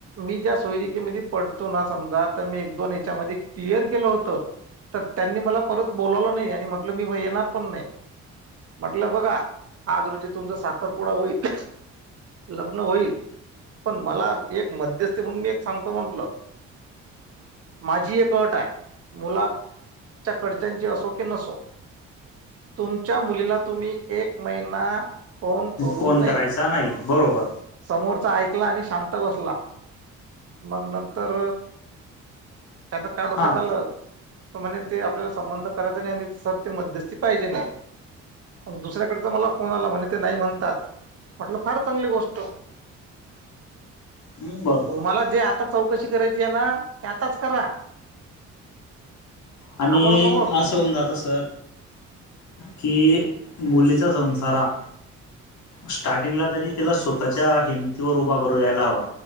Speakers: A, on the right; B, on the left.
A: मी ज्या सोयरिकेमध्ये पडतो ना समजा तर मी एक दोन याच्यामध्ये क्लिअर केलं होत. तर त्यांनी मला परत बोलावलं नाही आणि म्हटलं मी येणार पण नाही. म्हटलं बघा आज रोजी तुमचं साख रपुडा होईल, लग्न होईल पण मला एक मध्यस्थी म्हणून मी एक सांगतो म्हंटलं. माझी एक अट आहे मुला च्या कडच्यांची असो की नसो तुमच्या मुलीला तुम्ही एक महिना फोन करू
B: फोन
A: नये
B: करायचा नाही बरोबर
A: समोरचा ऐकला आणि शांत बसला मग नंतर त्याचा काय डोक्यात
B: हा
A: आलं तर म्हणे ते आपल्याला संबंध करायचा नाही आणि सर ते मध्यस्थी पाहिजे नाही. दुसऱ्याकडचा मला फोन आला म्हणे ते नाही म्हणतात म्हटलं फार चांगली गोष्ट
B: बरोबर
A: ट मला जे आता चौकशी करायची आहे ना आताच करा.
B: आणि
A: आमोरासमोर
B: अस अस होवून जात सर की मुलीचा संसारा हा स्टार्टिंगला तरी तिला स्वतःच्या हिमतीवर उभा करू यायला हवा.